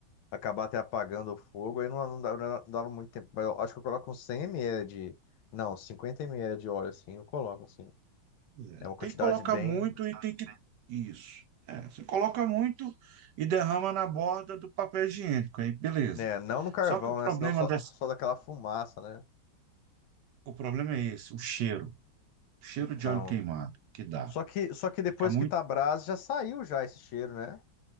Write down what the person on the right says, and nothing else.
É,
Tem que colocar
muito e tem que. Isso. É, você coloca muito e derrama na borda do papel higiênico, aí beleza.
Só que o problema
dessa...
o problema é esse, o cheiro. O cheiro
de óleo queimado que dá.
Fica muito.